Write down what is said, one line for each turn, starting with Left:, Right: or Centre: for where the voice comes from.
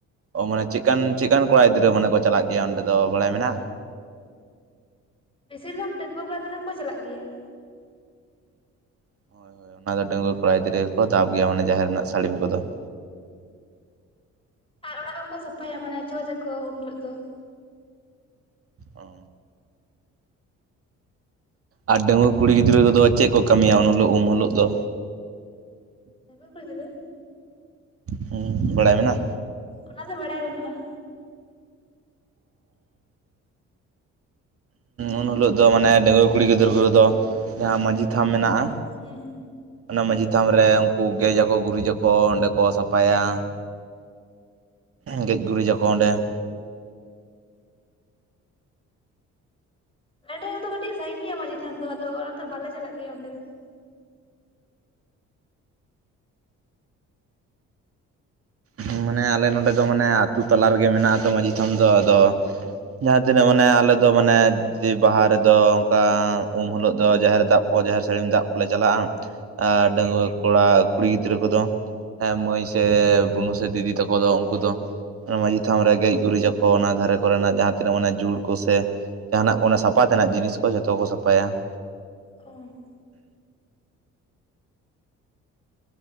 Right: ᱚ ᱢᱟᱱᱮ ᱪᱮᱜᱠᱟᱱ ᱪᱮᱜᱠᱟᱱ ᱠᱚᱲᱟ ᱜᱤᱫᱽᱨᱟᱹ ᱢᱟᱱᱮ ᱠᱚ ᱪᱟᱞᱟᱜ ᱜᱮᱭᱟ ᱚᱸᱰᱮ ᱫᱚ ᱵᱟᱲᱟᱭ ᱢᱮᱱᱟᱜ-ᱟ?
Left: ᱵᱤᱥᱤᱨ ᱵᱷᱟᱜᱽ ᱰᱟᱸᱜᱩᱣᱟ ᱠᱚᱲᱟ ᱜᱤᱫᱽᱨᱟᱹ ᱠᱚ ᱪᱟᱞᱟᱜ ᱜᱮᱭᱟ ᱾
Right: ᱦᱳᱭ ᱦᱳᱭ ᱚᱱᱟ ᱫᱚ ᱰᱟᱺᱜᱩᱣᱟᱹ ᱠᱚᱲᱟ ᱜᱤᱫᱽᱨᱟᱹ ᱜᱮᱠᱚ ᱫᱟᱵ ᱜᱮᱭᱟ ᱢᱟᱱᱮ ᱡᱟᱦᱮᱨ ᱨᱮᱱᱟᱜ ᱥᱟᱹᱲᱤᱢ ᱠᱚᱫᱚ ᱾
Left: ᱟᱨ ᱚᱲᱟᱜ ᱠᱚᱠᱚ ᱥᱟᱯᱷᱟᱭᱟ ᱢᱟᱱᱮ ᱪᱷᱚᱸᱪ ᱟᱠᱚ ᱩᱱ ᱦᱤᱞᱳᱜ ᱫᱚ ᱾
Right: ᱚ ᱾ ᱟᱨ ᱰᱟᱺᱜᱩᱣᱟᱹ ᱠᱩᱲᱤ ᱜᱤᱫᱽᱨᱟᱹ ᱠᱚᱫᱚ ᱪᱮᱫ ᱠᱚ ᱠᱟᱢᱤᱭᱟ ᱩᱱ ᱦᱤᱞᱚᱜ ᱩᱢ ᱦᱳᱞᱳᱜ ᱫᱚ?
Left: ᱰᱟᱸᱜᱩᱣᱟ ᱠᱩᱲᱤ ᱜᱤᱫᱽᱨᱟᱹ?
Right: ᱦᱩᱸ ᱵᱟᱲᱟᱭ ᱢᱮᱱᱟᱜ-ᱟ?
Left: ᱚᱱᱟ ᱫᱚ ᱵᱟᱲᱟᱭ ᱵᱟᱹᱱᱩᱜ-ᱟ ᱾
Right: ᱩᱱ ᱦᱤᱞᱳᱜ ᱫᱚ ᱢᱟᱱᱮ ᱰᱟᱸᱜᱩᱣᱟᱹ ᱠᱩᱲᱤ ᱜᱤᱫᱽᱨᱟᱹ ᱠᱚᱫᱚ ᱡᱟᱦᱟᱸ ᱢᱟᱹᱡᱷᱤ ᱛᱷᱟᱱ ᱢᱮᱱᱟᱜ-ᱟ
Left: ᱦᱮᱸ ᱾
Right: ᱚᱱᱟ ᱢᱟᱺᱡᱷᱤ ᱛᱷᱟᱢ ᱨᱮ ᱩᱱᱠᱩ ᱜᱮᱡ ᱟᱠᱚ ᱜᱩᱨᱤᱡ ᱟᱠᱚ ᱚᱸᱰᱮ ᱠᱚ ᱥᱟᱯᱟᱭᱟ ᱾ ᱜᱮᱡ ᱜᱩᱨᱤᱡ ᱟᱠᱚ ᱚᱸᱰᱮ ᱾
Left: ᱟᱞᱮ ᱴᱷᱮᱱ ᱠᱷᱚᱱ ᱫᱚ ᱠᱟᱹᱴᱤᱡ ᱥᱟᱺᱜᱤᱧ ᱜᱮᱭᱟ ᱢᱟᱡᱷᱤ ᱛᱷᱟᱱ ᱫᱚ ᱟᱫᱚ ᱚᱱᱟ ᱛᱮ ᱵᱟᱞᱮ ᱪᱟᱞᱟᱜ ᱜᱮᱭᱟ ᱚᱸᱰᱮ ᱫᱚ ᱾
Right: ᱦᱮᱸ ᱢᱟᱱᱮ ᱟᱞᱮ ᱱᱚᱰᱮ ᱫᱚ ᱢᱟᱱᱮ ᱟᱹᱛᱩ ᱛᱟᱞᱟ ᱨᱮᱜᱮ ᱢᱮᱱᱟᱜ ᱟᱛᱚ ᱢᱟᱺᱡᱷᱤ ᱛᱷᱟᱱ ᱫᱚ ᱟᱫᱚ ᱡᱟᱦᱟᱸ ᱛᱤᱱᱟᱹᱜ ᱢᱟᱱᱮ ᱟᱞᱮ ᱫᱚ ᱢᱟᱱᱮ ᱡᱮ ᱵᱟᱦᱟ ᱨᱮᱫᱚ ᱚᱱᱠᱟ ᱩᱢ ᱦᱤᱞᱳᱜ ᱫᱚ ᱡᱟᱦᱮᱨ ᱫᱟᱵ ᱠᱚ ᱡᱟᱦᱮᱨ ᱥᱟᱹᱲᱤᱢ ᱫᱟᱜ ᱠᱚᱞᱮ ᱪᱟᱞᱟᱜ-ᱟ ᱾ ᱟᱨ ᱰᱟᱺᱜᱩᱣᱟᱹ ᱠᱚᱲᱟ ᱠᱩᱲᱤ ᱜᱤᱫᱽᱨᱟᱹ ᱠᱚᱫᱚ ᱢᱟᱹᱭ ᱥᱮ ᱥᱮ ᱫᱤᱫᱤ ᱛᱟᱠᱚ ᱫᱚ ᱩᱱᱠᱩ ᱫᱚ ᱚᱱᱟ ᱢᱟᱺᱡᱷᱤ ᱛᱷᱟᱱ ᱨᱮ ᱜᱮᱡ ᱜᱩᱨᱤᱡ ᱟᱠᱚ ᱚᱱᱟ ᱫᱷᱟᱨᱮ ᱠᱚᱨᱮᱱᱟᱜ ᱡᱟᱦᱟᱸ ᱛᱤᱱᱟᱹᱜ ᱢᱟᱱᱮ ᱡᱷᱩᱲ ᱠᱚ ᱥᱮ ᱡᱟᱦᱟᱱᱟᱜ ᱠᱚ ᱚᱱᱟ ᱥᱟᱯᱷᱟ ᱛᱮᱱᱟᱜ ᱡᱤᱱᱤᱥ ᱠᱚ ᱡᱚᱛᱚ ᱠᱚ ᱥᱟᱯᱷᱟᱭᱟ ᱾
Left: ᱚ ᱾ <inaudible>